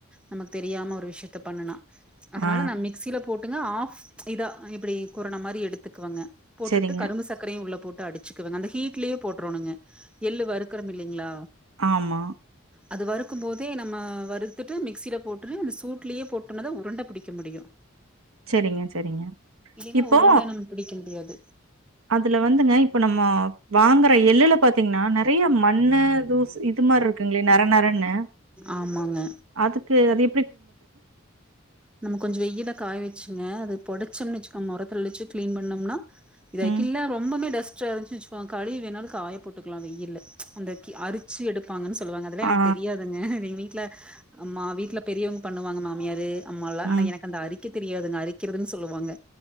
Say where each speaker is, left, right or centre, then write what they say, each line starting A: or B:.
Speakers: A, in the centre; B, on the right.
A: நமக்கு தெரியாம ஒரு விஷ்யத்த பண்ணுனா அதனால
B: ஆ
A: நா மிக்சியில போட் ட்டுங்க ஆஃப் ப்ச் இதா இப்பிடி குரண மாரி எடுத்துக்குவங்க போட்டுட்டு
B: செரிங்க
A: கரும்பு சக்கரையு உள்ள போட் டு அடிச்சுக்குவங்க அந்த ஹீட்லயே போட்றோனுங்க எள்ளு வறுத் கிரம் இல்லைங்ளா
B: ஆமா
A: அது வறுக்கும்போதே நம்ம வறுத்துட்டு மிக்சில போட்டு அந்த சூட்லயே போட்டோனம்தா உருண்ட புடிக்க முடியு
B: செரிங்க செரிங்க
A: இல்லைன்னா
B: இப்போ
A: உருண்ட நம்ம பிடிக்க முடியாது
B: அதுல வந்துங்க இப்ப நம்ம வாங்குற எள்ளுல பாத்தீங்கன்னா நெற நெறயா மண்ணு தூசு இது மாரி இருக்குங்களே நர நரன்னு
A: ஆமாங்க
B: அதுக்கு அதெ
A: நம்ம கொஞ்சோ வெய்யில்ல காய வெச்சுங்க அத பொடச்சம்னு வெச்சு மொரத்துல வெச்சு கிளீன் பண்ணம்னா இத
B: ம்.
A: கிள்ள ரொம்பமே டஸ் ட்டா இருந்ச்சு வெச்சுக்கோங்க கழுவி வேணாலூ காய போட்டுக்கலா வெய்யில்ல ப்ச் அந்த அரிச்சு எடு ப்பாங்கனு சொல்லுவாங்க அதெல்லா
B: ஆ.
A: எனக்கு தெரியாதுங்க நி நீ ட்ல அம்மா வீட்ல இவுங்க பண்ணுவாங்க மாமியாரு நம்யெல்லா ஆனா
B: ம்,
A: எனக்கு அந்த க்க தெரியாதுங்க அரிக்கிறதுன்னு சொல்லுவாங்க